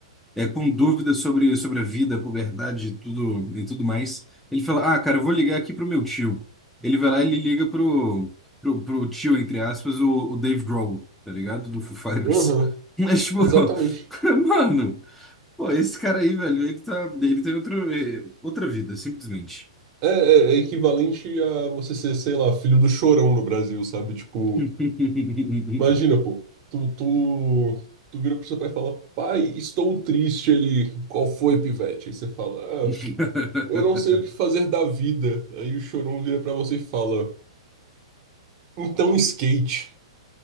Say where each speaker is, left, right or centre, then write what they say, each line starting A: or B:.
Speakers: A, in the centre; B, on the right.
A: é com dúvidas sobre, sobre a vida, a puberdade e tudo, e tudo mais. Ele fala: Ah, cara, eu vou ligar aqui pro meu tio. Ele vai lá e ele liga pro, pro, pro tio, entre aspas, o, o Dave Grohl, tá ligado? Do Foo Fighters.
B: Aham,
A: <laughs> Mas, tipo,
B: exatamente.
A: <laughs> mano, pô, esse cara aí, velho, ele tá, ele tem outra, eh, outra vida, simplesmente.
B: É, é, é equivalente a você ser, sei lá, filho do Chorão no Brasil, sabe? Tipo,
A: <laughs>
B: imagina, pô, tu, tu, tu vira pro seu pai e fala, pai, estou triste. Ele, qual foi, pivete? Aí você fala,
A: <laughs>
B: ah, eu não sei o que fazer da vida. Aí o Chorão vira pra você e fala, então skate.